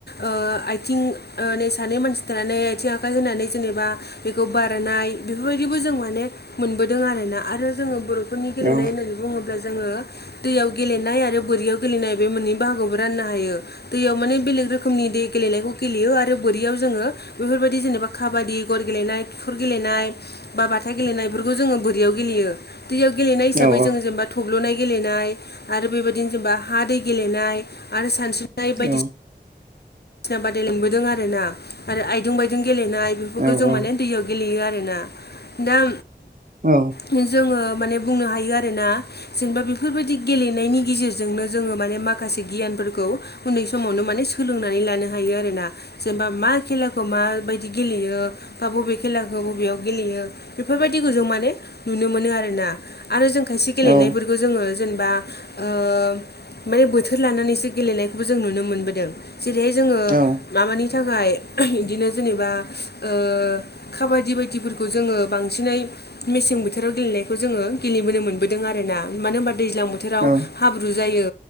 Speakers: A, on the left (about 60°); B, on the right (about 50°).
A: ओ आइथिं ओ सानै मानसि थानानै आथिं आखाइ होनानै जेनेबा बेखौ बारनाय बेफोरबायदिबो जों माने मोनबोदों आरोना आरो जोङो बर' फोरनि गेलेनाय
B: औ
A: होननानै बुङोब्ला जोङो दैयाव गेलेनाय आरो बोरियाव गेलेनाय बे मोननै बाहागोआवबो राननो हायो दैयाव माने बेलेग रोखोम रोखोमनि दै गेलेनायखौ गेलेयो आरो बोरियाव जोङो बेफोरबायदि जेनेबा काबादि, गर गेलेनाय, खिखुर गेलेनाय बा बाथा गेलेनाय बेफोरखौ जोङो बोरियाव गेलेयो दैयाव गेलेनाय हिसाबै
B: औ
A: जोङो जेनेबा थब्ल'नाय गेलेनाय आरो बेबायदिनो जेनेबा हा दै गेलेनाय आरो सानस्रिनाय बायदिसिना
B: औ
A: बायसिना बादायलायबोदों आरोना आरो आइदं बायदुं गेलेनाय बेफोरखौ
B: औ
A: जों
B: औ
A: माने दैयाव गेलेयो आरोना दा
B: औ
A: जोङो माने बुंनो हायो आरोना जेनेबा बेफोरबायदि गेलेनायनि गेजेरजोंनो जोङो माने माखासे गियानफोरखौ उन्दै समावनो माने सोलोंनानै लानो हायो आरोना जेनेबा मा खेलाखौ माबायदि गेलेयो बा बबे खेलाखौ बबेयाव गेलेयो बेफोरबायदिखौ जों माने नुनो मोनो आरोना आरो जों खायसे गेलेनायफोरखौ
B: औ
A: जोङो जेनेबा ओ माने बोथोर लानानैसो गेलेनायखौबो जों नुनो मोनबोदों जेरैहाय जोङो
B: उम
A: माबानि थाखाय इदिनो जेनेबा ओ खाबादि बायदिफोरखौ जोङो बांसिनै मेसें बोथोराव गेलेनायखौ जोङो गेलेबोनो मोनबोदों आरोना मानो होनबा दैज्लां बो थोराव
B: औ उम
A: हाब्रु जायो